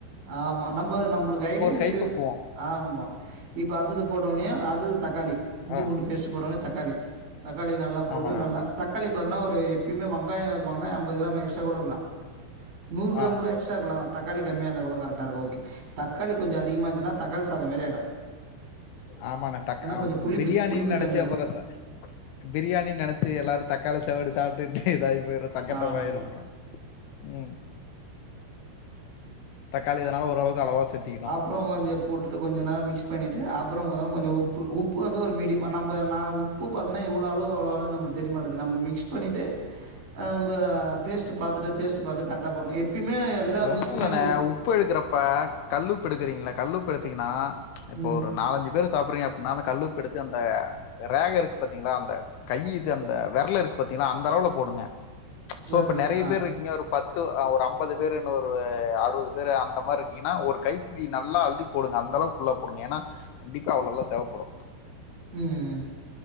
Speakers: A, on the right; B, on the left.
A: ஆமா நம்ம நம்மளுக்கு ஐடியா
B: கைப்பக்குவோம்
A: எப்டி ஆமா இப்ப அத்தது போட்டோனே அது தக்காளி இஞ்சி
B: ஆ
A: பூண்டு பேஸ்ட் போட்டோனே தக்காளி தக்காளி நல்லா போட்டு
B: ஆமாண்ணே
A: நல்லா
B: ஆமாண்ணே
A: தக்காளி பாத்தனா ஒரு எப்பயுமே வங்காயோ வங்காயோ அம்பது கிராம் எக்ஸ்ட்ரா கூடக்கலா நூறு கிராம்
B: ஆ
A: கூட எக்ஸ்டா இருக்கலா தக்காளி கம்மியா இருந்தா கூட கரட்டா இருக்கு ஓகே தக்காளி கொஞ்ச அதிகமா இருந்துச்சினா தக்காளி சாதம் மாரி ஆய்டு
B: ஆமாண்ண தக்க
A: கொஞ்சம் புளிப்பு
B: பிரியாணின்னு
A: புளிப்பு
B: நெனைச்சு
A: தன்ம இருக்கு.
B: அப்பறோ பிரியாணினு நெனைச்சு எல்லாரு தக்காளி சவடு சாப்ட்டு இதாகி போய்ரு சங்கட்டம்
A: ஆமாமா.
B: ஆய்ரு அப்பறோ ம் தக்காளி இதனால ஓரளவுக்கு அளவா சேத்திக்கிணு
A: அப்புறோ கொஞ்ச போட்டுட்டு கொஞ்ச நேரோ மிக்ஸ் பண்ணிட்டு அப்பறோ கொஞ்ச உப்பு உப்பு வந்து ஒரு மீடியம் நம்ம நா உப் பு பாத்தன இவ்ளோ அளவு அவ்ளோ அளவுணு நம்ளுக்கு தெரியமாட்டுது நம்ப மிக்ஸ் பண்ணிட்டு அ நம்ப டேஸ்ட் பாத்துட்டு டேஸ்ட் பாத்து கரெக்டா பண்ணோ எப்பயுமே எல்லா
B: ஒண்ணு
A: விஷ்யமே
B: இல்லண்ணே உப்பு எடுக்குறப்ப கல்லுப்பு எடுக்கிறீங்கள கல்லுப் எடுத்தீங்கன்னா இப்ப
A: ம்
B: ஒரு நாலஞ்சு பேரு சாப்பறீங்க அப்டின்னா அந்த கல்லுப்பிடிச்சி அந்த ரேக இருக்கு பாத்தீங்களா அந்த கை இது அந்த வெரல் இருக்கு பாத்தீங்கன்னா அந்த அளவுல போடுங்க சோ
A: வெரலு
B: இப்ப நெறைய
A: ஆ
B: பேர் இருக்கீங்க ஒரு பத் து ஒரு அம்பது பேரு ஒரு அறுவது பேரு அந்த மாரி இருக்கீங்கன்னா ஒரு கைப்பிடி நல்லா அள்ளி போடுங்க அந்தளவு ஃபுல்லா போடுங்க ஏன்னா கண்டிப்பா அவ்ளெல்லா தேவப்படு
A: ம்ம்